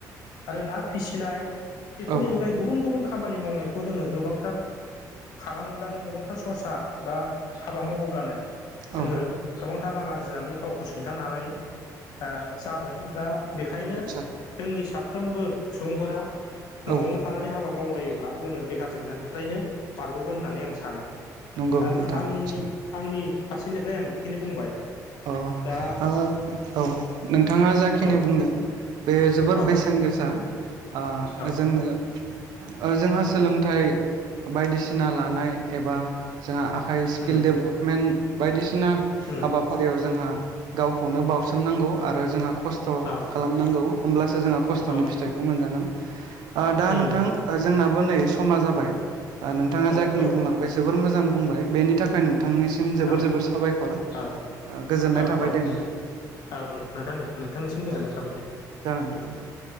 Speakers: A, on the left; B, on the right.
A: आरो ना फिसिनाय बेफोरनि
B: औ
A: अनगायै गुबुन गुबुन खामानि मावनायखौ जोङो गोबांथार खालामोब्लानो गोबांथार सरसा बा हाबा मावोब्लानो जोङो
B: औ
A: गोबांथार रां आरजिनानै गावखौ सुंथानो हानाय आ जागोन दा बेखायनो
B: निस्सय
A: जोंनि साफ्रोमबो सुबुंफोरा न'आवनो
B: औ
A: थानानै हाबा मावलायोब्ला जोङो बेखार जेंनानिफ्रायनो बारग'गोन होननानै आं सानो।
B: नंगौ
A: द
B: नोंथां
A: आंनि
B: निस्सय
A: आंनि फारसेनिफ्राय आं बेखिनि बुंबाय।
B: अ
A: दा
B: ओ औ नोंथाङा जाखिनि
A: औ
B: बुंदों बे जोबोर
A: औ
B: बेसेन गोसा ओ
A: औ
B: जोंनो ओ जोंहा सोलोंथाइ बायदिसिना लानाय एबा जोंहा आखाइ स्किल
A: उम
B: जोंडेभेलपमेन्ट बायदिसिना
A: उम
B: हाबा याव जोंहा गावखौनो बावसोमनांगौ आरो जोंहा खस्थ' थ'
A: औ
B: खालामनांगौ होमब्लासो जोङो खस्थ'नि
A: औ
B: फिथाइखौ मोनजागोन ओ
A: उम
B: दा नोंथां
A: उम
B: ओ जोंनाबो नै समा जाबाय ओ नोंथाङा
A: जाबाय
B: जाखिनि
A: औ
B: बुंलांबाय जोबोर मोजां बुंबाय बेनि थाखाय नों थांनिसिम
A: औ
B: जोबोर जोबोर साबायखर।
A: औ
B: ओ गोजोननाय
A: औ
B: थाबाय
A: औ
B: दे नोंथां
A: औ दे नोंथां दे नोंथांनिसिम गोजोननाय
B: औ
A: थाबाय दे।
B: जागोन दे नोंथां।